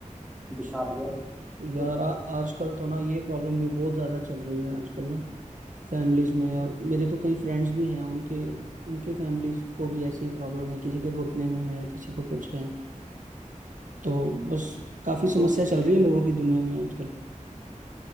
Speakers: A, on the right (about 75°); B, in the centre.
A: अच्छा,
B: दिखा दिया
A: यार
B: तो,
A: आ, आजकल तो ना ये प्रॉब्लम भी बहुत ज़्यादा चल रही है आजकल ना फैमिलीज में और मेरे तो कई फ्रेंड्स भी हैं उनके उनके फैमिलीज को भी ऐसी ही प्रॉब्लम है किसी के घुटने में है किसी को कुछ है तो बस काफ़ी समस्या
B: तो,
A: चल रही है लोगों की दुनिया में आजकल